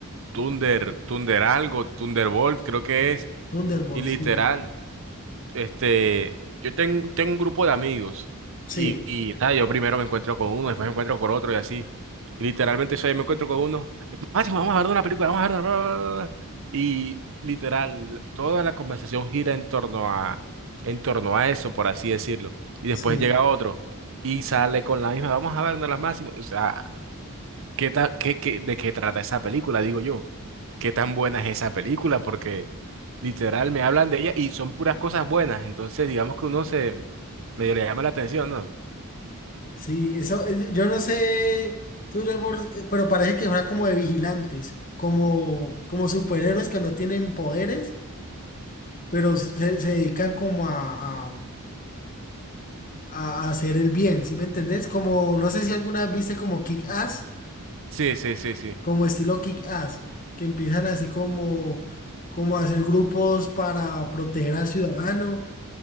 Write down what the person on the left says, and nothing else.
Thunderbolt,
sí.
Sí,
sí,
sí. Eso, eh, yo no sé, Thunderbolt, eh, pero parece que fuera como de vigilantes, como, como superhéroes que no tienen poderes, pero se, se dedican como a, a- a hacer el bien, ¿sí me entendés? Como, no sé si alguna vez viste como Kick-Ass.
como estilo Kick-Ass, que empiezan así como, como a hacer grupos para proteger al ciudadano,